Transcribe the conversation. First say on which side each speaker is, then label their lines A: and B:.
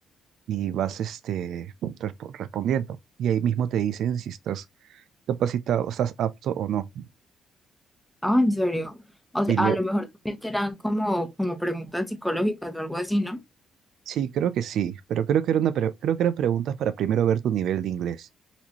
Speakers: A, on the right; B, in the centre.
A: Y vas este, respo- respondiendo. Y ahí mismo te dicen si estás capacitado, estás apto o no.
B: Ah, en serio. O sea,
A: Y lue-
B: a lo mejor también te dan como, como preguntas psicológicas o algo así, ¿no?
A: sí, creo que sí, pero creo que era una pre- creo que eran preguntas para primero ver tu nivel de inglés.